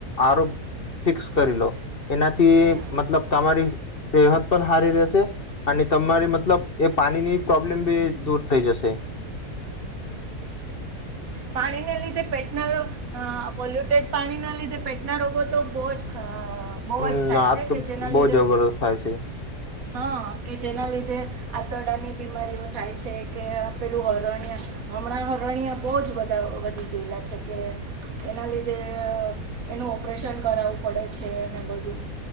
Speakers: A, on the left; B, on the right.
A: આરો ફિક્સ કરી લો એનાથી
B: હા
A: મતલબ તમારી સેહત પણ સારી રહે. તમારી મતલબ એ પાણીની પ્રોબ્લેમ બી દૂર થઈ જશે
B: પાણીને લીધે પેટના રોગ હ પોલ્યુટેડ પાણી ના લીધે પેટના રોગો તો બહુ જ બહુ
A: હમ
B: જ થાય
A: આજ
B: છે
A: તો
B: કે જેના
A: બહુ
B: લીધે
A: જબરદસ્ત થાય છે
B: હા કે જેના લીધે આંતરડાની બીમારીઓ થાય છે કે આપેલું હરણ્ય હમણાં હરણ્ય બુહ જ વધી ગયેલા છે કે એના લિઘે એનું ઓપરેશન કરાવવું પડે છે અને બધું